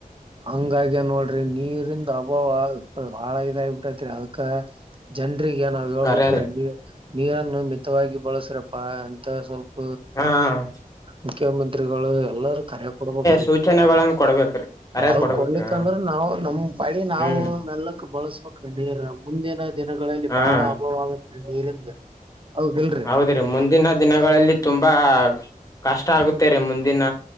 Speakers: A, on the right; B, on the left.
A: ಹಂಗಾಗಿ್ಯ ನೋಡ್ರಿ ನೀರಿಂದ ಅಭಾವ ಬಾಳ ಇದಾಗಿಬಿಟ್ಟೈತ್ರಿ ಅದಕ್ಕ ಜನ್ ಈಗ ನಾವ್ ಹೇಳ್ಬ್ರೀ
B: ಕರೆ ರೀ
A: ನೀ ನೀರನ್ನು ಮಿತವಾಗಿ ಬಳಸ್ರಪ್ಪಾ ಅಂತ ಸ್ವಲ್ಪ
B: ಹ್ಮ್
A: ಮುಖ್ಯಮಂತ್ರಿ ಎಲ್ಲಾರ ಕರೆ ಕೊಡ್ಬೇಕ
B: ಸೂಚನೆಗಳನ್ನ ಕೊಡ್ಬೇಕ್ರಿ ಕರೆ
A: ಅವರು
B: ಕೊಡ್ಬೇಕ್ರಿ
A: ಕೊಡ್ಲಿಕ್ಕಂದ್ರೆ
B: ಹ
A: ನಾವು ನಮ ಮಾಡ ನಾವು
B: ಹ್ಮ್
A: ಮೆಲ್ಲಕ್ಕ ಬಳಸ ನೀರ್ ಮುಂದಿನ ದಿನಗಳಲ್ಲಿ
B: ಹಾ
A: ಬಾಳ ಅಭಾವ ಆಗತ್ೆ ನೀರಿಂದ ಹೌದಿಲ್ರಿ
B: ಹೌದ್ರೀ ಮುಂದಿನ ದಿನಗಳಲ್ಲಿ ತುಂಬಾ ಕಷ್ಟ ಆಗುತ್ತ ಮುಂದಿನ